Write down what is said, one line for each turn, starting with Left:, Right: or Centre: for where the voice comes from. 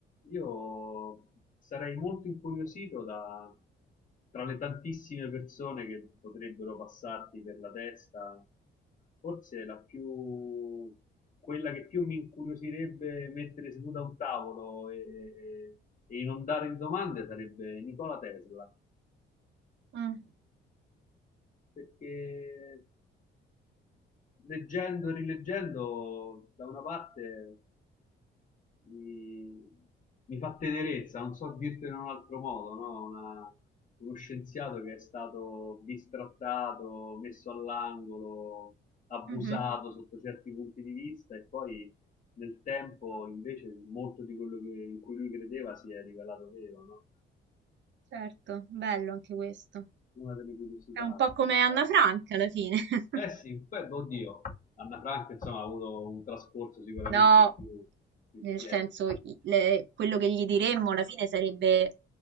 Left: io sarei molto incuriosito da, tra le tantissime persone che potrebbero passarti per la testa, forse la più, quella che più mi incuriosirebbe mettere seduta a un tavolo e, e inondare di domande sarebbe Nicola Tesla,
Right: Mm,
Left: perché leggendo e rileggendo da una parte mi, mi fa tenerezza, non so dirtelo in un altro modo, no? Una- uno scienziato che è stato bistrattato, messo all'angolo, abusato
Right: mhm.
Left: sotto certi punti di vista e poi nel tempo invece molto di quello che- in cui lui credeva si è rivelato vero, no?
Right: Certo, bello anche questo.
Left: Una delle curiosità.
Right: È un po' come
Left: sì.
Right: Anna Franca alla fine. <laughs>
Left: Eh sì, poi, oddio, Anna Frank insomma ha avuto un trascorso sicuramente
Right: No,
Left: più, più
Right: Nel
Left: pieno.
Right: senso, i- le- quello che gli diremmo alla fine sarebbe